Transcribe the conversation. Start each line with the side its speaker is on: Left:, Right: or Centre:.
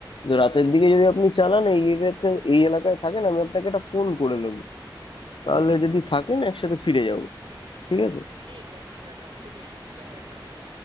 Left: তো রাতের দিকে যদি আপনি চালান এই এলাকায় এই এলাকায় থাকেন আমি আপনাকে একটা ফোন করে নেব তাহলে যদি থাকেন একসাথে ফিরে যাব ঠিক আছে
Right: ঠিক আছে দাদা খুবই সুবিধা হয় তাহলে